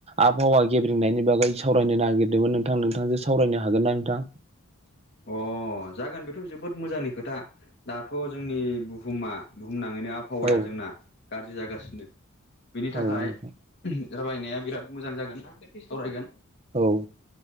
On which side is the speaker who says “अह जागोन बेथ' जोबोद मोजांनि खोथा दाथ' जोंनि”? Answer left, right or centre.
Left